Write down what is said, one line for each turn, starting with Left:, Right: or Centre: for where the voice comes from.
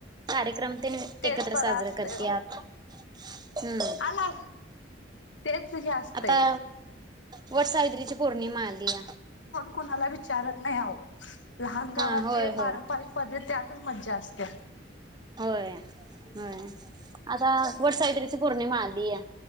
Right: कार्यक्रम. ते
Left: तेच
Right: एकत्र
Left: बरं
Right: साजरा
Left: आसतय
Right: करत्यात
Left: ओ
Right: हम्म
Left: आला. तेच असत.
Right: आता वट सावित्रीची पौर्णिमा आली आहे.
Left: कुणाला विचारत नाही आवो. लहान गावात
Right: हा होय
Left: जे
Right: होय
Left: पारंपरिक पद्धती त्यातच मज्जा असते. असत्या
Right: होय होय आता वट सावित्रीची पौर्णिमा आली य